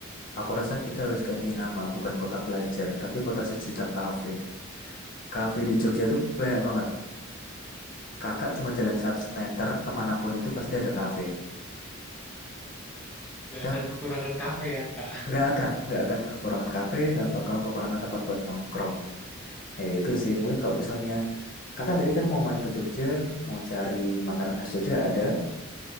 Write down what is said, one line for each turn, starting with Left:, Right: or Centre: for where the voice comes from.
Left: aku rasa kita harus ganti nama, bukan kota pelajar, tapi kota sejuta kafe. Kafe di Jogja tuh banyak banget. Kakak cuma jalan 100 meter kemanapun itu pasti ada kafe. Kita
Centre: Gak akan kekurangan kafe ya, Kak.
Left: nggak akan, nggak akan kekurangan kafe, nggak bakal kekurangan tempat buat nongkrong. Ya itu sih, mungkin kalau misalnya kakak tadi kan mau main ke Jogja, mau cari makanan khas Jogja ada,